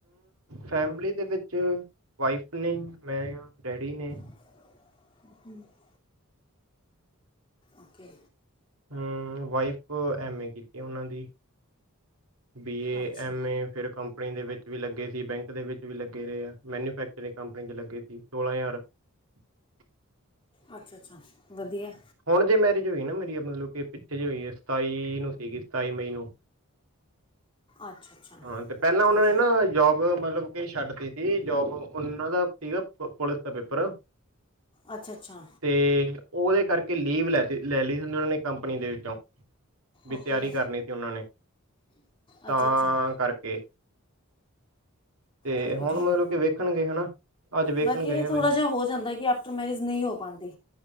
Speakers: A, on the right; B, on the left.
A: ਫੈਮਿਲੀ ਦੇ ਵਿੱਚ ਵਾਈਫ ਨੇ ਮੈਂ ਡੈਡੀ ਨੇ,
B: <unintelligible> ਓਕੇ,
A: ਹਮ ਵਾਈਫ ਐਮ ਏ ਕੀਤੀ ਉਹਨਾਂ ਦੀ ਬੀ ਏ
B: ਅੱਛਾ
A: ਐਮ ਏ ਫਿਰ ਕੰਪਨੀ ਦੇ ਵਿੱਚ ਵੀ ਲੱਗੇ ਸੀ ਬੈਂਕ ਦੇ ਵਿੱਚ ਵੀ ਲੱਗੇ ਰਹੇ ਆ ਮੈਨੂਫੈਕਚਰਿੰਗ ਕੰਪਨੀ ਚ ਲੱਗੇ ਸੀ ਸੋਲਾਂ ਹਜ਼ਾਰ <inaudible>
B: ਅੱਛਾ ਅੱਛਾ ਵਧੀਆ
A: ਹੁਣੇ ਮੈਰਿਜ ਹੋਈ ਨਾ ਮੇਰੀ, ਮਤਲਬ ਕਿ ਪਿੱਛੇ ਜੇ ਹੋਈ ਹੈ, ਸਤਾਈ ਨੂੰ ਸੀਗੀ ਸਤਾਈ ਮਈ ਨੂੰ
B: ਅੱਛਾ ਅੱਛਾ
A: ਹਾਂ ਤੇ ਪਹਿਲਾਂ
B: ਠੀਕ
A: ਉਹਨਾਂ ਨੇ
B: ਹੈ,
A: ਨਾ ਜੋਬ ਮਤਲਬ ਕਿ ਛੱਡਤੀ ਸੀ, ਜੋਬ ਉਹਨਾਂ ਦਾ ਸੀਗਾ, ਪੁਲਿਸ ਦਾ ਪੇਪਰ
B: ਅੱਛਾ-ਅੱਛਾ,
A: ਤੇ ਉਹਦੇ ਕਰਕੇ ਲੀਵ ਲੈ-ਲੈ ਲਈ ਉਹਨਾਂ ਨੇ ਕੰਪਨੀ ਦੇ ਵਿੱਚੋਂ ਵੀ
B: ਓਕੇ
A: ਤਿਆਰੀ ਕਰਨੀ ਸੀ ਉਹਨਾਂ ਨੇ ਤਾਂ
B: ਅੱਛਾ ਅੱਛਾ
A: ਕਰਕੇ ਤੇ
B: ਠੀਕ
A: ਹੁਣ
B: ਹੈ ਠੀਕ ਹੈ
A: ਮਤਲਬ ਕਿ ਵੇਖਣਗੇ ਹਨਾ। ਅੱਜ ਵੇਖਣ
B: ਬਾਕੀ
A: ਗਏ
B: ਇਹ
A: ਆ
B: ਥੋੜ੍ਹਾ
A: ਵੈਸੇ
B: ਜਿਹਾ ਹੋ ਜਾਂਦਾ, ਕਿ ਆਫਟਰ ਮੈਰਿਜ ਨਹੀਂ ਹੋ ਪਾਉਂਦਾ।